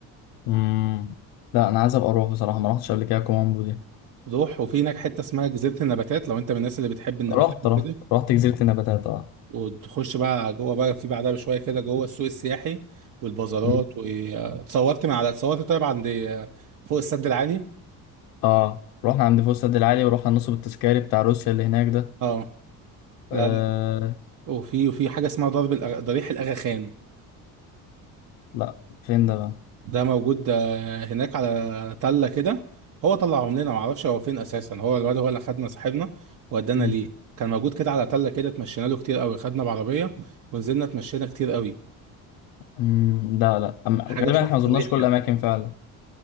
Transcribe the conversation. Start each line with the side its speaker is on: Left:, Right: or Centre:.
Left: مم. لا انا عايز ابقى اروح بصراحة ما رحتش قبل كده كومامبو دي
Right: روح وفي هناك حته اسمها جزيره النباتات لو انت من الناس اللي بتحب النباتات
Left: رحت
Right: وكده
Left: رحت رحت جزيرة النباتات اه
Right: وتخش بقى جوه بقى في بعدها بشويه كده جوه السوق السياحي والبازارات
Left: مم.
Right: واتصورت من على اتصورت طيب عند آه، فوق السد العالي
Left: اه رحنا عند فوق السد العالي ورحنا النصب التذكاري بتاع روسيا اللي هناك ده
Right: اه لا
Left: آه.
Right: لا. وفي وفي حاجه اسمها ضرب الأغ... ضريح الاغاخان
Left: لا فين ده بقى
Right: ده موجود آه، هناك على تلة كده هو طلعهم لنا معرفش هو فين اساسا هو الواد هو اللي خدنا صاحبنا ودانا
Left: مم.
Right: ليه كان موجود كده على تلة كده اتمشينا له كتير قوي خدنا بعربية ونزلنا اتمشينا كتير قوي
Left: مم. لا لا أم... غالبا
Right: حاجة شبه
Left: احنا
Right: الضريح
Left: ما زرناش
Right: كده
Left: كل الاماكن فعلا